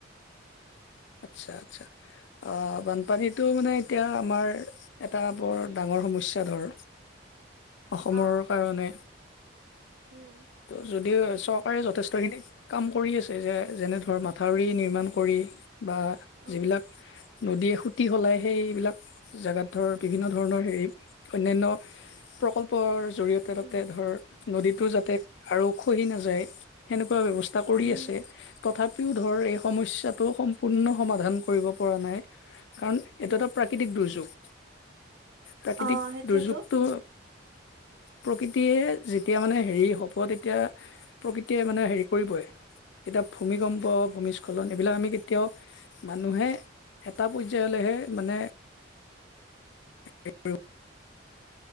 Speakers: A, on the left; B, on the right.
A: আচ্ছা, আচ্ছা। আ, বানপানীতটো মানে এতিয়া আমাৰ এটা বৰ ডাঙৰ সমস্যা ধৰ। অসমৰ
B: অঁ
A: কাৰণে,
B: উম
A: ত' যদিও চক কাৰে যথেষ্টখিনি কাম কৰি আছে, যে যেনে ধৰ মাথাউৰি নিৰ্মাণ কৰি বা
B: উম
A: যিবিলাক নদীয়ে সুতি সলায়, সেইবিলাক জেগাত ধৰ বিভিন্ন ধৰণৰ হেৰি অন্যান্য প্ৰকল্পৰ জৰিয়তে তাতে
B: উম
A: ধৰ, নদীটো যাতে আৰু খহি নাযায় সেনেকুৱা ব্যৱস্থা কৰি
B: উম,
A: আছে, তথাপিও ধৰ এই সমস্যাটো সম পূৰ্ণ সমাধান কৰিব পৰা নাই, কাৰণ এইটো এটা প্ৰাকৃতিক দুৰ্যোগ। প্ৰাকৃতিক
B: অ', সেইটোৱেতো।
A: দুৰ্যোগটো প্ৰকৃতিয়ে যেতিয়া মানে হেৰি হ'ব তেতিয়া প্ৰকৃতিয়ে মানে হেৰি কৰিবই। এতিয়া ভূমিকম্প, ভূমিস্খলন এইবিলাক আমি ওঁ মানুহে এটা পৰ্যায়লেহে মানে <inaudible>